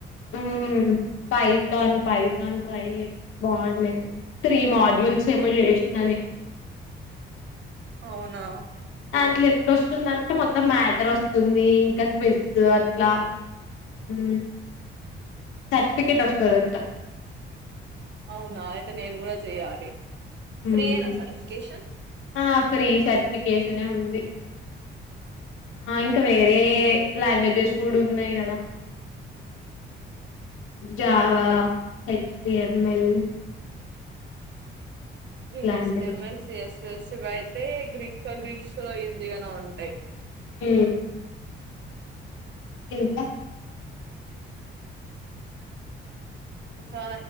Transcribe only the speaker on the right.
అవునా
అవునా అయితే నేను కూడా చెయ్యాలి
ఫ్రీయేనా సర్టిఫికేషన్
ఏ హెచ్టిఎమ్ఎల్ సిఎస్ తెలిసి వయితే గ్రీక్ లో గ్రీక్స్ లో ఈజీ గానే ఉంటాయి
ఇంకా